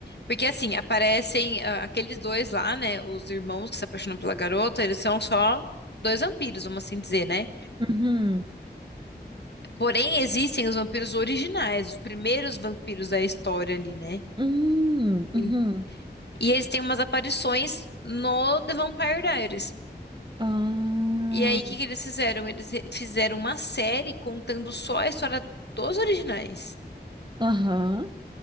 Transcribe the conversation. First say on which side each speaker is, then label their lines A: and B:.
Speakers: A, on the left; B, on the right.
A: Porque assim, aparecem ah, aqueles dois lá, né? Os irmãos que se apaixonam pela garota, eles são só dois vampiros, vamos assim dizer, né?
B: Uhum,
A: Porém, existem os vampiros originais, os primeiros vampiros da história ali, né?
B: uhum, uhum.
A: Sim. E eles têm umas aparições no The Vampire Diaries.
B: Ah,
A: E aí, o que que eles fizeram? Eles re- fizeram uma série contando só a história dos originais.
B: aham,